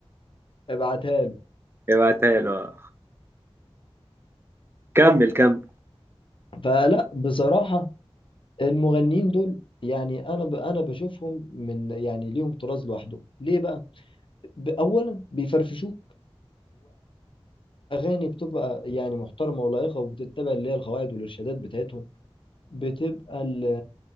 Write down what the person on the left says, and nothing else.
ابعتها له
فلا بصراحه المغنيين دول يعني انا ب... انا بشوفهم من يعني ليهم طراز لوحده ليه بقى ب- اولا بيفرفشوك اغاني بتبقى يعني محترمه ولائقه وبتتبع اللي هي القواعد والارشادات بتاعتهم بتبقى ال